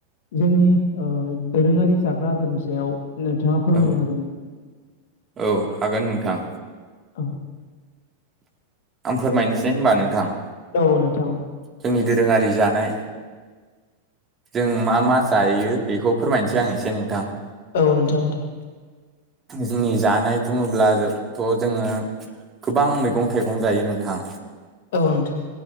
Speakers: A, on the left; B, on the right.
A: जोंनि ओ दोरोङारि जाग्रा आदारनि सायाव नोंथाङा फोरमायनो
B: औ
A: हागोन नामा?
B: औ हागोन नोंथां ।
A: औ
B: आं फोरमायनोसै होनबा नोंथां। ।
A: औ नोंथां ।
B: जोंनि दोरोङारि जानाय जों मा मा जायो बेखौ फोरमाय नोसै आं एसे नोंथां ।
A: औ नोंथां दे ।
B: जोंनि जानाय बुङोब्लाजोथ' जोङो गोबां मैगं थाइगं जायो नोंथां
A: औ नोंथां।